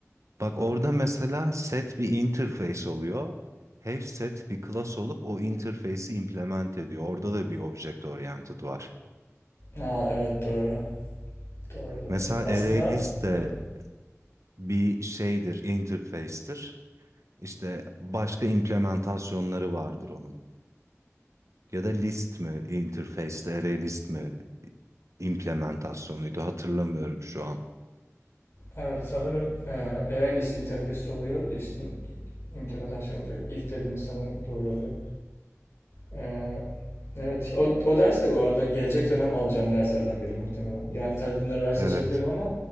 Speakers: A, on the right; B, on the left.
A: Bak orada mesela set bir interface oluyor. Hash set bir class olup o interface'i implement ediyor. Orada da bir object oriented var.
B: Aa, evet doğru. Doğru doğru.
A: Mesela ArrayList
B: Aslında
A: de
B: ö-
A: bir şeydir, interface'tir. İşte başka implementasyonları vardır onun. Ya da list mi, interface, array list mi implementasyonuydu hatırlamıyorum şu an.
B: evet sanırım e, array list interfez'te oluyor. List in- implementasyon oluyor. İlk dediğiniz sanırım doğru oluyor. E, evet o, o ders de bu arada gelecek dönem alacağım derslerden biri muhtemelen. Yani tabii bunları ben seçebilirim
A: Evet.
B: ama